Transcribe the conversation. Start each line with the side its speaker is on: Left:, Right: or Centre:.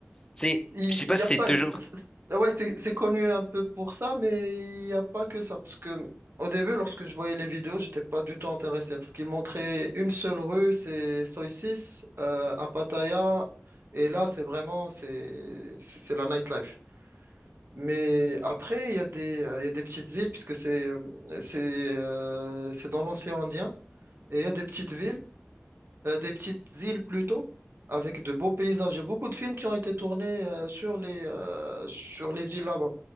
Left: sais,
Right: Il,
Left: je sais pas
Right: il y
Left: si
Right: a
Left: c'est
Right: pas.
Left: toujours.
Right: c'est- c'est- ouais, c'est c'est connu un peu pour ça, mais il n'y a pas que ça. Parce que au début, lorsque je voyais les vidéos, j'étais pas du tout intéressé parce qu'ils montraient une seule rue, c'est Soi Six euh, à Pattaya, et là, c'est vraiment c'est c'est c'est la nightlife. Mais après, il y a des euh, il y a des petites îles puisque c'est euh, c'est euh, c'est dans l'océan Indien. Et il y a des petites villes euh, des petites îles plutôt, avec de beaux paysages. Il y a beaucoup de films qui ont été tournés euh, sur les, euh, sur les îles là-bas.